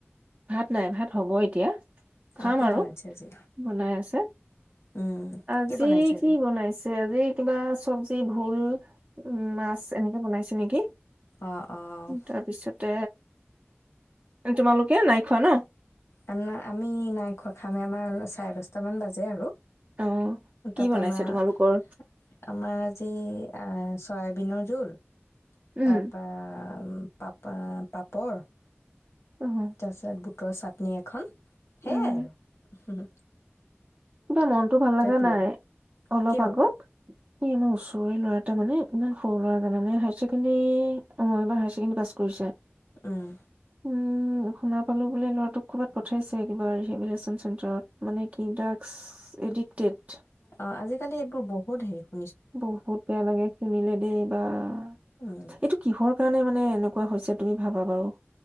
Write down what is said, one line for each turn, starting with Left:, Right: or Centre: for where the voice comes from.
Right: ভাত নাই ভাত হ'ব এতিয়া, খাম
Left: অ', কি
Right: আৰু
Left: বনাইছে আজি?
Right: বনাই আছে,
Left: উম,
Right: আজি
Left: কি বনাইছে
Right: কি
Left: আজি?
Right: বনাইছে আজি কিবা চব্জি ভোল উম, মাছ এনেকে বনাইছে নেকি,
Left: অ', অ',
Right: তাৰপিছতে তোমালোক এই নাই খোৱা ন।
Left: আমাৰ আমি নাই খোৱা‌ খামেহে, আমাৰ চাৰে দশটা মান বাজে আৰু
Right: অ', কি
Left: তাৰপা
Right: বনাইছে
Left: আমাৰ
Right: তোমালোকৰ?
Left: আমাৰ আজ আজি আহ ছয়াবিনৰ জোল
Right: উম,
Left: তাৰপা উম, পাপা পাপৰ
Right: অ',
Left: তাৰপিছত বুট বুটৰ চাটনি এখন।
Right: উম,
Left: সেইয়াই
Right: কিবা মনতটো ভাল লগা
Left: প্ৰিয়
Right: নাই। অলপ
Left: কিয়
Right: আগত ই আমাৰ ওচৰে ল'ৰা এটা মানে ইমান সৰু ল'ৰা জানানে, হাই চেকেণ্ডেৰী অ' এইবাৰ হাইচেকেণ্ডেৰী পাঁচ কৰিছে
Left: উম
Right: উম। উম, শুনা পালোঁ, বোলে ল'ৰাটোক ক'বাত পঠাইছে, কিবা ৰিহেবিলেশচন চেণ্টাৰত মানে কিন্টাৰ এডিকক্টেড
Left: অ আজিকালি এইবোৰ বহ <inaudible>
Right: বহুত বেয়া লাগে শুনিলে। <inaudible>
Left: উম
Right: এইটো কিহৰ কাৰণে মানে মানে এনেকুৱা হৈছে, তুমি ভাবা বাৰু